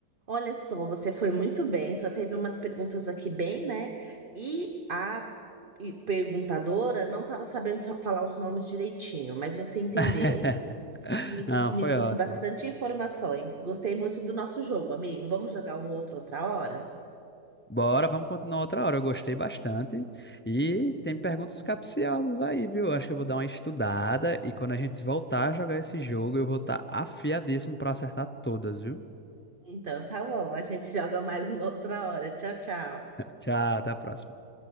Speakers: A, on the right; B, on the left.
A: olha só, você foi muito bem. Só teve umas perguntas aqui bem, né? E a e- perguntadora não estava sabendo sa- falar os nomes direitinho, mas você entendeu
B: <laughs>
A: e me, dis-
B: Não,
A: me
B: foi
A: trouxe
B: ótimo.
A: bastante informações. Gostei muito do nosso jogo, amigo. Vamos jogar um outro outra hora?
B: Bora, vamos continuar outra hora. Eu gostei bastante. E tem perguntas capciosas aí, viu? Acho que eu vou dar uma estudada e quando a gente voltar a jogar esse jogo, eu vou estar afiadíssimo para acertar todas, viu?
A: Então, tá bom. A gente joga mais uma outra hora. Tchau, tchau.
B: Tchau, até a próxima.